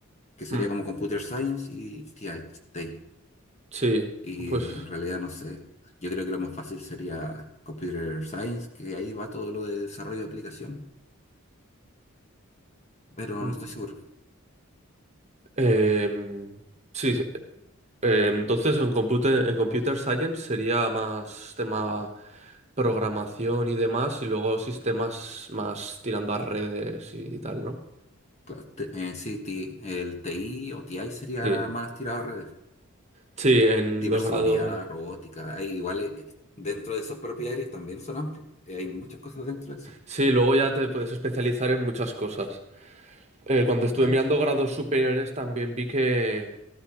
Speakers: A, on the left (about 30°); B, on the right (about 30°).
A: que sería
B: Hmm.
A: como Computer Science y TI. TI.
B: Sí,
A: Y
B: pues.
A: en realidad no sé, yo creo que lo más fácil sería Computer Science, que ahí va todo lo de desarrollo de aplicaciones, pero
B: Mm.
A: no estoy seguro.
B: Em, sí, sí. Eh, entonces en computer, en computer science sería más tema programación y demás, y luego sistemas más tirando a redes y tal, ¿no?
A: Claro, te- eh, sí, ti- el TI o TI sería
B: Sí,
A: más tirado a redes.
B: sí, en
A: Ciberseguridad,
B: los grados.
A: robótica, hay igual eh, eh, dentro de sus propias áreas también son amplios. Eh, hay muchas cosas dentro de eso.
B: Sí, luego ya te puedes especializar en muchas cosas. Eh, cuando estuve
A: Claro,
B: mirando grados superiores también vi que